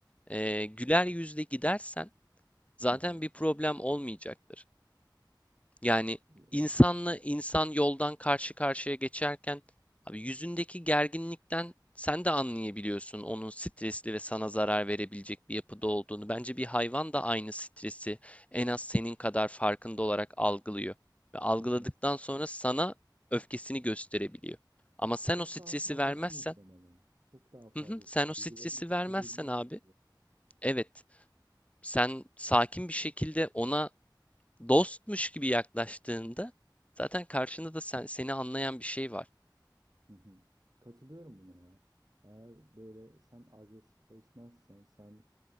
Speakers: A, on the left (about 15°); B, on the right (about 50°).
A: e, güler yüzle gidersen zaten
B: hı hı.
A: bir problem olmayacaktır. Yani
B: Yeah.
A: insanla insan yoldan karşı karşıya geçerken abi yüzündeki gerginlikten sen de anlayabiliyorsun onun stresli ve sana zarar verebilecek bir yapıda olduğunu. Bence bir hayvan da aynı stresi en az senin kadar farkında olarak algılıyor ve algıladıktan
B: Hı hı.
A: sonra sana öfkesini gösterebiliyor. Ama sen
B: Çok
A: o stresi
B: daha fazlası
A: vermezsen,
B: muhtemelen. Çok daha fazlası
A: hı hı, sen
B: duygularımı
A: o stresi
B: hissedebiliyorum.
A: vermezsen abi, evet sen sakin bir şekilde ona dostmuş gibi yaklaştığında zaten karşında da sen seni anlayan bir şey var.
B: Hı hı. Katılıyorum buna ya. Eğer böyle sen agresifleşmezsen, sen